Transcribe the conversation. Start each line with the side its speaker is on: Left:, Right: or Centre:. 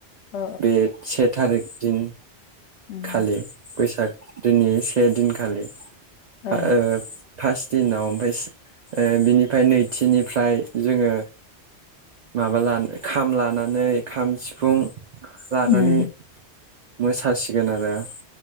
Left: औ
Right: बे से थारिख दिन
Left: उम
Right: खालि बैसाग दिननि से दिनखालि ।
Left: औ
Right: आ-ओ फास्थ दिनाव ओमफ्राय ओ बिनिफ्राय नैथिनिफ्राय जोङो माबा लाना खाम लानानै खाम, सिफुं लानानै
Left: उम
Right: मोसासिगोन आरो ।